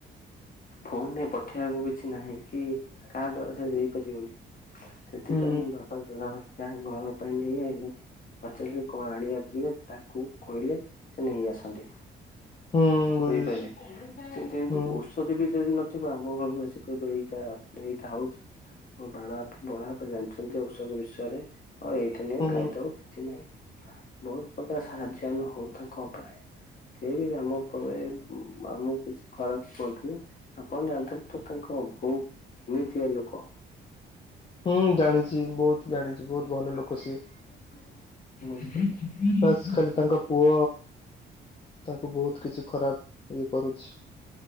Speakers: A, on the left; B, on the left.
A: ଫୋନ୍ ରେ ପଠେଇବାକୁ କିଛି ନାହିଁ କି କାହା ଦ୍ୱାରା ସେ ଦେଇପାରିବନି। ସେଥିପାଇଁ
B: ହୁଁ
A: ମୋ ବାପା ତା ଘରିକା ଘର ପାଇଁ ନେଇ ଆଇଲେ ପଚାର କଣ ଆଣିଆର ଥିଲେ ତାକୁ କହିଲେ ସେ ନେଇ ଆସନ୍ତି।
B: ହୁଁ ବୁଝୁଛି
A: ହୋଇପାରି ଯେମିତି ଏମିତି
B: ହୁଁ
A: ଔଷଧ ବି ଯଦି ନ ଥିବ ଆମ ପାଖକୁ ଆସି କହିବେ ଏଇଟା ଏଇଟା ହଉଛି ମୋ ବାରାପ୍ ବଡଆପା ଜାଣିଛନ୍ତି ଔଷଧ ବିଷୟରେ ଆଉ ଏଇଥି ନିଅ
B: ହୁଁ
A: ଖାଇଦବ କିଛି ନାହିଁ। ବହୁତ ପ୍ରକାର ସାହାଯ୍ୟ ଆମେ ହଉ ତାଙ୍କ ଉପରେ। ସେ ବି ଆମ ଉ ପରେ ଉ-ଉ ଆମକୁ କିଛି ଖରାପ କୁହନ୍ତିନି ଆପଣ ଜାଣିଥିବେ ତଥାପି କହୁ ବୁ ଏମିତିଆ ଲୋକ।
B: ହୁଁ ଜାଣିଛି ବହୁତ ଜାଣିଛି ବହୁତ ଭଲ ଲୋକ ସିଏ।
A: ହୁଁ।
B: ବାସ୍ ଖାଲି ତାଙ୍କ ପୁଅ ତାଙ୍କୁ ବହୁତ କିଛି ଖରାପ ଇଏ କରୁଛି।